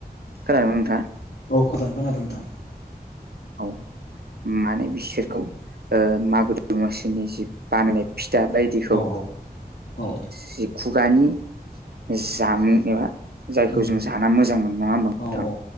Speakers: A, on the right; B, on the left.
A: खोनादोंना नोंथाङा।
B: औ खादों खोनादों नोंथां।
A: औ माने बिसोरखौ मागो दमासिनि जि बानायनाय फिथा बायदिखौ
B: औ औ औ
A: जि खुगानि जामुं एबा जायखौ
B: उम
A: जों जा मोजां मोनो नङा नोंथां
B: औ औ